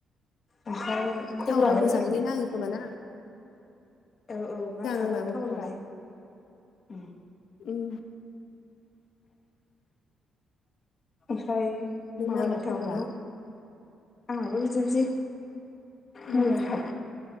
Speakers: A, on the left; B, on the left.
A: ओमफ्राय। खबरालाय
B: थावरा मोजाङैनो
A: बोरैनो
B: नाङो खोमाना।
A: औ औ नांसाबो
B: आंनाबो
A: थावारालाय
B: खबरा
A: उम
B: उम
A: ओमफ्राय
B: नोंनालाय
A: माबानोथाव
B: खबरा
A: नोंनाव आंहाबो बिदिनोसै।
B: उम
A: मोजांथार